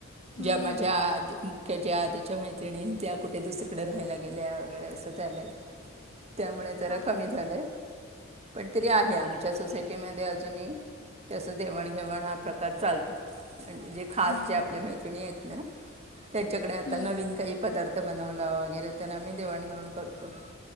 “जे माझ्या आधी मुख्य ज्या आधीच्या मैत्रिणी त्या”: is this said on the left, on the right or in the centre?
Right